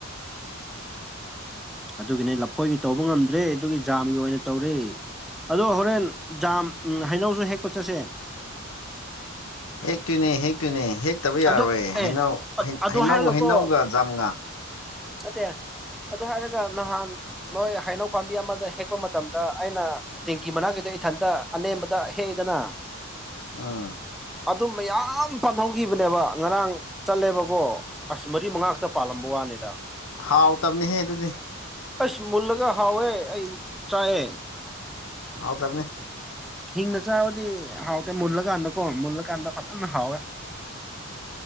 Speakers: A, in the centre; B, on the left.
A: ꯑꯗꯨꯒꯤꯅꯦ ꯂꯐꯣꯏꯒꯤ ꯇꯧꯕ ꯉꯝꯗ꯭ꯔꯦ ꯑꯗꯨꯒꯤ ꯖꯥꯝꯒꯤ ꯑꯣꯏꯅ ꯇꯧꯔꯦ ꯑꯗꯣ ꯍꯣꯔꯦꯟ ꯖꯥꯝ ꯍꯩꯅꯧꯁꯨ ꯍꯦꯛꯄ ꯆꯠꯁꯦ
B: ꯍꯦꯛꯇꯣꯏꯅꯦ ꯍꯦꯛꯇꯣꯏꯅꯦ ꯍꯦꯛꯇꯕ ꯌꯥꯔꯣꯏ
A: ꯑꯗꯣ ꯑꯦ
B: ꯍꯩꯅꯧ
A: ꯑꯗꯨ
B: ꯍꯩꯅꯧ
A: ꯍꯥꯏꯔꯒꯀꯣ
B: ꯍꯩꯅꯧꯒ ꯖꯥꯝꯒ
A: ꯅꯠꯇꯦ ꯑꯗꯨ ꯍꯥꯏꯔꯒ ꯅꯍꯥꯟ ꯅꯣꯏ ꯍꯩꯅꯧ ꯄꯥꯝꯕꯤ ꯑꯃꯗ ꯍꯦꯛꯄ ꯃꯇꯝꯗ ꯑꯩꯅ ꯇꯦꯡꯀꯤ ꯃꯅꯥꯛ ꯀꯤꯗ ꯏꯊꯟꯇ ꯑꯅꯦꯝꯕꯗ ꯍꯦꯛꯏꯗꯅ
B: ꯎꯝ
A: ꯑꯗꯨ ꯃꯌꯥꯝ ꯄꯥꯟꯍꯧꯈꯤꯕꯅꯦꯕ ꯉꯔꯥꯡ ꯆꯠꯂꯦꯕꯀꯣ ꯑꯁ ꯃꯔꯤ ꯃꯉꯥꯛꯇ ꯄꯥꯜꯂꯝꯕ ꯋꯥꯅꯤꯗ
B: ꯍꯥꯎꯇꯕꯅꯤꯍꯦ ꯑꯗꯨꯗꯤ
A: ꯑꯁ ꯃꯨꯂꯒ ꯍꯥꯎꯌꯦꯑꯩ ꯆꯥꯥꯢꯌꯧ
B: ꯍꯥꯎꯇꯕꯅꯦ
A: ꯍꯤꯡꯅ ꯆꯥꯕꯗꯤ ꯍꯥꯎꯇꯦ ꯃꯨꯜꯂꯀꯥꯟꯗꯀꯣ ꯃꯨꯜꯂꯀꯥꯟꯗ ꯐꯖꯅ ꯍꯥꯎꯋꯦ